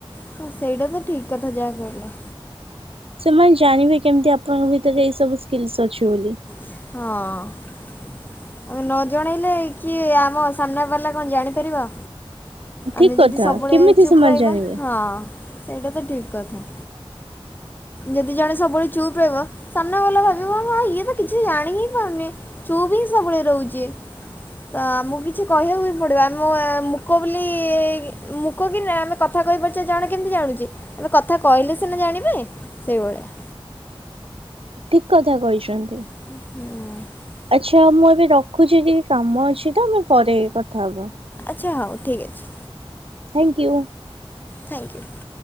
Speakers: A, on the left (about 20°); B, on the right (about 75°).
A: ହଁ ସେଇଟାତ ଠିକ୍ କଥା ଯାହା କହିଲ।
B: ସେମାନେ ଜାଣିବେ କେମିତି ଆପଣଙ୍କ ଭିତରେ ଏଇ ସବୁ ସ୍କିଲ୍ସ ଅଛି ବୋଲି।
A: ହଁ। ଆମେ ନଜଣେଇଲେ କିଏ ଆମ ସାମ୍ନା ବାଲା କଣ ଜାଣିପାରିବ।
B: ଠିକ
A: ଆମେ
B: କଥା
A: ଯଦି ସବୁବେଳେ
B: କେମିତି
A: ଚୁପ୍
B: ସେମାନେ
A: ରହିବା
B: ଜାଣିବେ
A: ହଁ ସେଇଟାତ ଠିକ୍ କଥା। ଯଦି ଜଣେ ସବୁବେଳେ ଚୁପ୍ ରହିବ ସାମ୍ନା ଭଲା ଭାବିବ ହଁ ଇଏତ କି କିଛି ଜାଣିହିଁ ପାରୁନି ଚୁପ୍ ହିଁ ସବୁବେଳେ ରହୁଚି। ତ ଆମକୁ କିଛି କହିବାକୁବି ପଡ଼ିବ ମୁଁ ମୁକ ବୋଲି ମୁ ଲ କହ କି ନା ଆମେ କଥା କହିପାରୁଚେ ଜାଣ କେମିତି ଜାଣୁଚି ଆମେ କଥା କହିଲେ ସିନା ଜାଣିବେ ସେଇଭଳିଆ।
B: ଠିକ୍ କଥା କହିଛନ୍ତି।
A: ହୁଁ!
B: ଆଚ୍ଛା ମୁଁ ଏବେ ରଖୁଚି ଟିକେ କାମ ଅଛି ତ ଆମେ ପରେ କଥା ହବା।
A: ଆଚ୍ଛା ହଉ ଠିକ୍ ଅଛି।
B: Thank you.
A: Thank you.